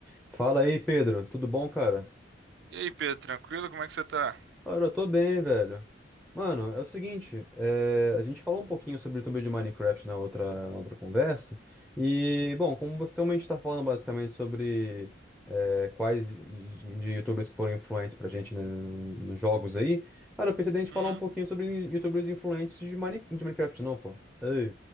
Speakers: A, in the centre; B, on the right (about 65°).
A: Fala aí, Pedro. Tudo bom, cara?
B: E aí, Pedro, tranquilo? Como é que você tá?
A: Cara, eu tô bem, velho. Mano, é o seguinte, é, a gente falou um pouquinho sobre o YouTube de Minecraft na outra, na outra conversa. E, bom, como você também está falando basicamente sobre é, quais de de YouTubers que foram influentes pra gente né, no- nos jogos aí, cara, eu pensei da gente falar
B: Uhum.
A: um pouquinho sobre YouTubers influentes de, Mine... de Minecraft, não, pô. Ei,